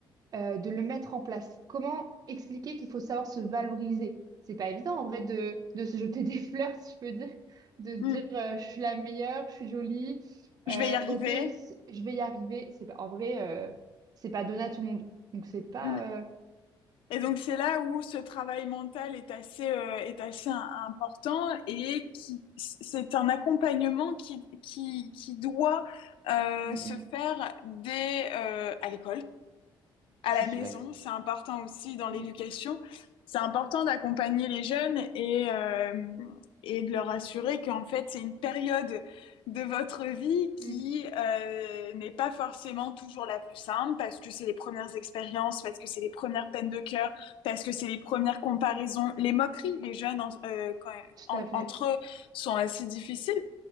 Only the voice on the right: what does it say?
euh, de le mettre en place? Comment expliquer qu'il faut savoir se valoriser? C'est pas évident en vrai de, de se jeter des <laughs> fleurs, si je peux dire, de se dire
euh, je suis la meilleure, je suis jolie,
euh,
ok, c- je vais y arriver. C'est pas en vrai, euh, c'est pas donné à tout le monde. Donc c'est pas.
euh,
mm,
mm,
je
suis
d'accord.
Mm,
mm,
tout
à fait.